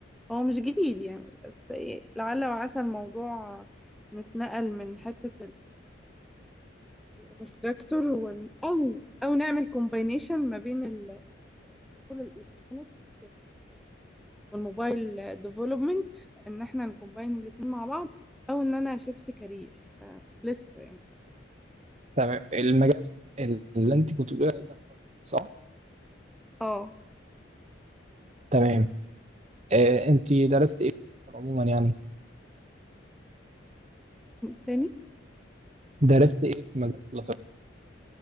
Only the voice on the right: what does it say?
تمام المجال اللي انت كنت بتقولي عليه ده صح
تمام آه، انت درست ايه في عموما يعني
درست ايه في مجال فلاتر